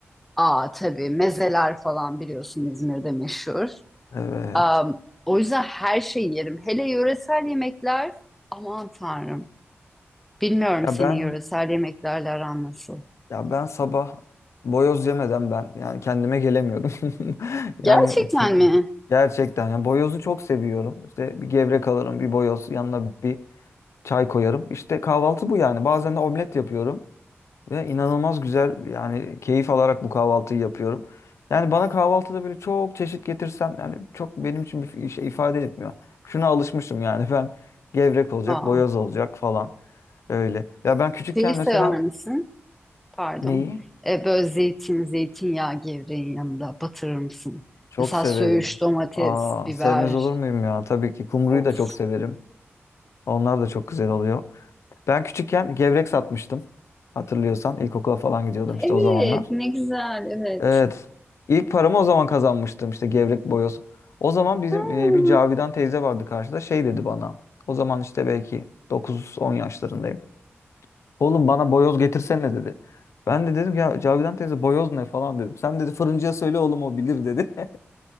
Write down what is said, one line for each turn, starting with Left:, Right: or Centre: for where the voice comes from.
Centre: aa tabii mezeler falan biliyorsun İzmir'de meşhur.
Left: Evet.
Centre: Am, o yüzden her şeyi yerim. Hele yöresel yemekler aman tanrım. Bilmiyorum
Left: Ya
Centre: senin
Left: ben
Centre: yöresel yemeklerle aran nasıl.
Left: ya ben sabah boyoz yemeden ben yani kendime gelemiyorum. <laughs>
Centre: Gerçekten
Left: Yani kim,
Centre: mi?
Left: gerçekten ya boyozu çok seviyorum. İşte bir gevrek alırım, bir boyoz, yanına bir Çay koyarım. İşte kahvaltı bu yani. Bazen de omlet yapıyorum ve inanılmaz güzel yani keyif alarak bu kahvaltıyı yapıyorum. Yani bana kahvaltıda böyle çok çeşit getirsem yani çok benim için bir şey ifade etmiyor. Şuna alışmışım yani <laughs> ben gevrek olacak,
Centre: Aa,
Left: boyoz olacak falan öyle. Ya ben küçükken
Centre: şeyi sever
Left: mesela
Centre: misin? Pardon.
Left: neyi?
Centre: E, böyle zeytin, zeytinyağı gevreğin yanında batırır mısın?
Left: Çok
Centre: Mesela
Left: severim.
Centre: söğüş, domates,
Left: Aa,
Centre: biber.
Left: sevmez olur muyum ya? Tabii ki kumruyu
Centre: Of.
Left: da çok severim. Onlar da çok güzel oluyor. Ben küçükken gevrek satmıştım. Hatırlıyorsan ilkokula falan gidiyordum işte
Centre: Evet,
Left: o zamanlar.
Centre: ne güzel, evet.
Left: Evet. İlk paramı o zaman kazanmıştım işte gevrek boyoz. O zaman bizim
Centre: Hmm.
Left: e, bir Cavidan teyze vardı karşıda şey dedi bana. O zaman işte belki dokuz on yaşlarındayım. Oğlum bana boyoz getirsene dedi. Ben de dedim ya Cavidan teyze boyoz ne falan dedim. Sen dedi fırıncıya söyle oğlum o bilir dedi. <laughs>